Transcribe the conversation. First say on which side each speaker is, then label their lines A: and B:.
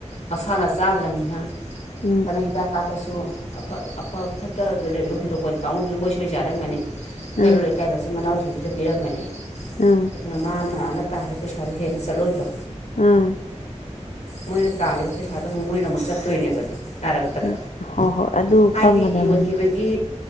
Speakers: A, on the left; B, on the left.
A: ꯃꯁꯥꯅ ꯆꯥꯗ꯭ꯔꯝꯅꯤꯅ
B: ꯎꯝ
A: ꯐꯅ ꯍꯤꯗꯥꯛ ꯀꯥꯞꯄꯁꯨ ꯑꯐ ꯑꯐ ꯐꯠ ꯍꯇ ꯗ ꯂꯩꯕꯗꯤ ꯍꯨꯟꯇꯣꯛꯄꯗꯤ ꯄꯥꯃꯨ ꯕꯅꯤ ꯃꯣꯏ ꯁꯣꯏꯥ ꯆꯥꯔꯝꯒꯅꯤ
B: ꯎꯝ
A: ꯀꯩꯔꯣꯜ ꯂꯩꯀꯥꯏ ꯃꯆꯤꯟ ꯃꯅꯥꯎ ꯁꯤꯗ ꯄꯤꯔꯝꯒꯅꯤ
B: ꯑ
A: ꯑꯗꯨꯅ ꯃꯥꯅ ꯃꯥꯅ ꯇꯥꯜꯂꯤ ꯄꯩꯁꯥꯗꯣ ꯍꯦꯟꯅ ꯆꯠꯂꯣꯏꯗ꯭ꯔꯣ
B: ꯎꯝ
A: ꯃꯣꯏꯅ ꯇꯥꯜꯂꯤꯕ ꯄꯩꯁꯥꯗꯨ ꯑꯃꯨꯛ ꯃꯣꯏꯅ ꯑꯃꯨꯛ ꯆꯠꯇꯣꯏꯅꯦꯕꯗꯣ ꯅꯥꯔꯛꯄꯗ
B: ꯎꯝ ꯍꯣꯏ ꯍꯣꯏ ꯑꯗꯨ
A: ꯍꯥꯏꯗꯤ
B: ꯈꯪꯒꯗꯕꯅꯤ
A: ꯌꯣꯟꯈꯤꯕꯒꯤ